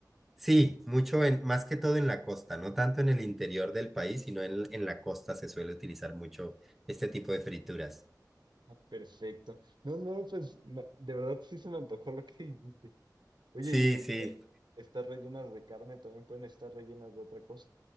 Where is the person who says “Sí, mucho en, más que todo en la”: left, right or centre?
Centre